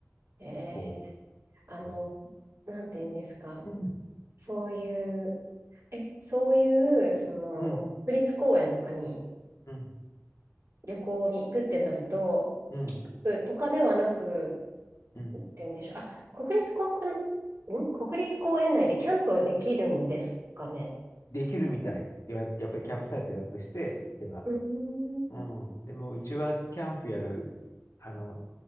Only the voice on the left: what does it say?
そ
う。
うん。
うん。
うん。
うん。
うん
できるみたい。予約、やっぱりキャンプサイト予約して行けば。
うん。でも、うちはキャンプやる、あの、